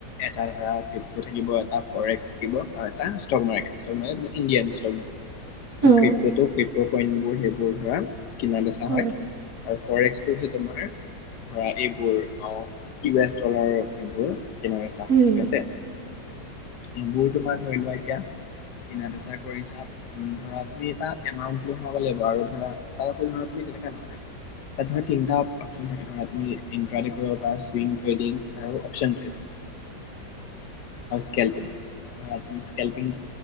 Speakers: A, on the left; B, on the right.
A: এটা ধৰা ফিপটো থাকিব এটা কৰে্স থাকিব হয় এটা ষ্টক মাৰ্কেট। ইণ্ড
B: অঁ
A: ক্ৰিপটো ক্ৰিপ কইন বোৰ সেইবোৰ ধৰা কিনা-বেচা হয়
B: অঁ
A: আৰু ফৰে্সটো হৈছে তোমাৰ ধৰা এইবোৰ অ' ইউ এচ ডলাৰ সেইবোৰ। কেনেকোৱা চাহ
B: উম
A: ঠিক আছে। এইবোৰ তোমাৰ ধৰি লোৱা এতিয়া কিনা বেচা কৰিছা। ধৰা তুমি এটা এমাউন্ট লৈ ভৰাব লাগিব আৰু ধৰা এমাউন্ট ধৰা তুমি তেনে নহয় তাত তিনিটাও অপশচন থাকে ধৰা তুমি ইনটাৰ দি কৰিব পাৰা চুইং ট্ৰেডিং আৰু অপচন ট্ৰেডিং আৰু স্কেল্পিং ধৰা তুমি স্কেল্পিং